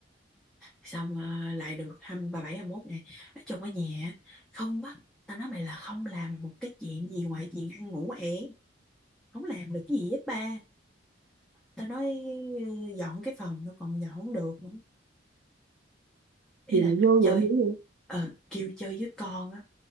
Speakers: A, in the centre; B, on the right.
A: xong ờ, lại được hai ba bảy hai mốt ngày nói chung ở nhà không bắt tao nói mày là không làm một cái chuyện gì ngoài chuyện ăn ngủ ẻ không làm được cái gì hết ba tao nói ừ, dọn cái phòng nó còn dọn không được nữa ý
B: gì
A: là
B: mà vô
A: chơi
B: dụng dữ vậy
A: ờ kêu chơi với con á